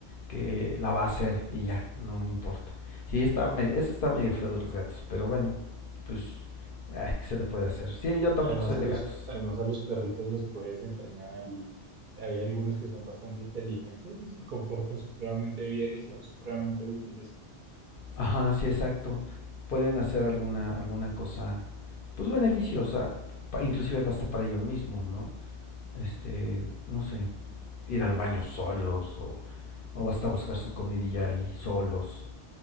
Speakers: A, on the left; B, on the right.
A: que la va a hacer y ya, no le importa. Sí, está medio, eso está medio feo de los gatos, pero bueno, pues, ay, ¿qué se le puede hacer? Sí, yo tampoco
B: Además
A: soy
B: a
A: de
B: los,
A: gatos.
B: además a los perritos los puedes entrenar y hay algunos que son bastante inteligentes y se comportan supremamente bien y son supremamente útiles.
A: Ajá, sí, exacto. Pueden hacer alguna, alguna cosa, pues beneficiosa, pa- inclusive hasta para ellos mismos, ¿no? Este, no sé, ir al baño solos o, o hasta buscar su comidilla ahí solos